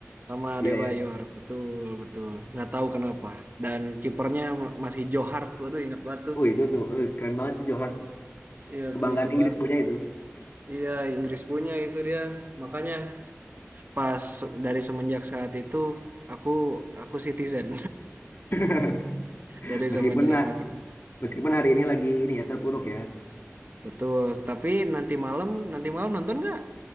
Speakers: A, on the right; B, on the left.
A: Sama
B: Iya,
A: Adebayor,
B: iya.
A: betul betul. Nggak tahu kenapa. Dan kipernya ma- masih Johar tuh, aduh ingat banget tuh.
B: Oh itu tuh eh, keren banget tuh Johor
A: Iya
B: kebanggaan
A: tuh ingat
B: Inggris
A: banget
B: punya
A: tuh.
B: itu.
A: Iya Inggris punya itu dia. Makanya pas dari semenjak saat itu aku aku citizen
B: <laughs>
A: <laughs> dari
B: Meskipun
A: semenjak
B: nah,
A: saat.
B: meskipun hari ini lagi ini ya terpuruk ya.
A: Betul. Tapi nanti malam nanti malam nonton nggak?